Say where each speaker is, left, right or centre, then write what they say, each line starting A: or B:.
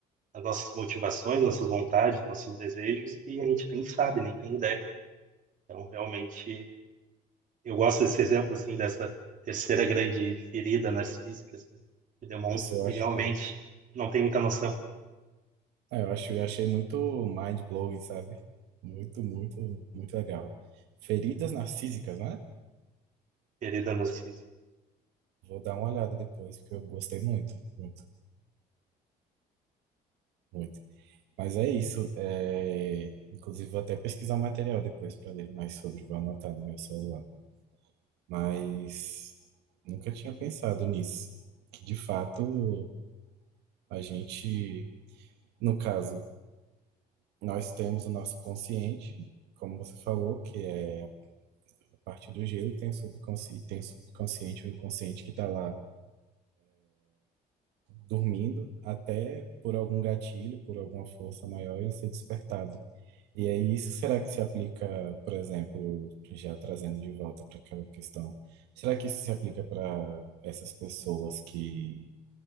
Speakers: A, on the right; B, on the right.
A: as nossas motivações, nossas vontades, nossos desejos, que a gente nem sabe, nem tem ideia. Então, realmente, eu gosto desse exemplo, assim, dessa terceira grande ferida narcísica, assim, que demonstra
B: Nossa, eu
A: que
B: acho,
A: realmente não tem muita noção,
B: ah, eu acho, eu achei muito mind-blowing, sabe? Muito, muito, muito legal. Feridas narcísicas, né?
A: ferida narcísica.
B: Vou dar uma olhada depois, porque eu gostei muito, muito, muito. Mas é isso. é, Inclusive, vou até pesquisar o material depois para ler mais sobre, vou anotar no meu celular. Mas nunca tinha pensado nisso, que de fato a gente. No caso, Nós temos o nosso consciente, como você falou, que é a parte do gelo, tem o subconsciente, tem o subconsciente, o inconsciente que está lá dormindo, até por algum gatilho, por alguma força maior, ele ser despertado. E aí, isso será que se aplica, por exemplo, já trazendo de volta para aquela questão, será que isso se aplica para essas pessoas que,